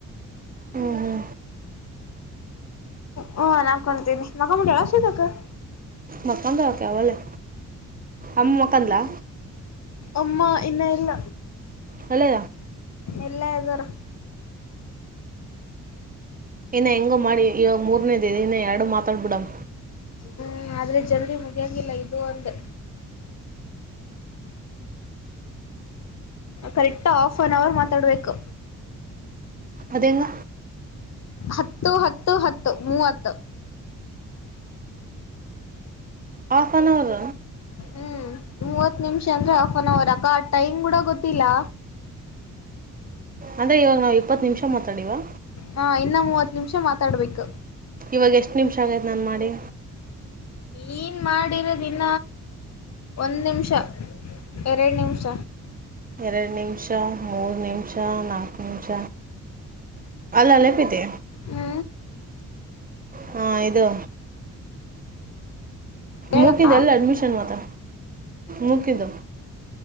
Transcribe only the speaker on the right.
ಹ್ಞೂ ಹ್ಞೂ
ಮಕ್ಕಂದ ಅವಾಗ್ ಅಲ್ಲೆ ಅಮ್ಮ ಮಕ್ಕದಾ
ಹಲೋ
ಇನ್ನ ಹೆಂಗೋ ಮಾಡಿ ಇವಾಗ ಮೂರನೇದ ಇನ್ನ ಎರಡು ಮಾತಾಡ್ಬಿಡಮ
ಅದೇಂಗ
ಹಾಫ್ ಒನ್ ಅವರ್
ಅಂದ್ರೆ ಇವಾಗ ನಾವು ಇಪ್ಪತ್ತು ನಿಮಿಷ ಮಾತಾಡಿವಾ
ಇವಾಗ ಎಷ್ಟು ನಿಮಿಷ ಆಗೈತ ನಾನು ಮಾಡಿ
ಎರಡು ನಿಮಿಷ, ಮೂರು ನಿಮಿಷ, ನಾಲ್ಕು ನಿಮಿಷ, ಅಲ್ಲ ಅಲ್ಲೇಪೇತೆ
ಹಾ ಇದು
ಮುಗಿದ್ದು ಎಲ್ಲ ಅಡ್ಮಿಷನ್ ಮಾತ್ರ ಮುಗಿದ್ದು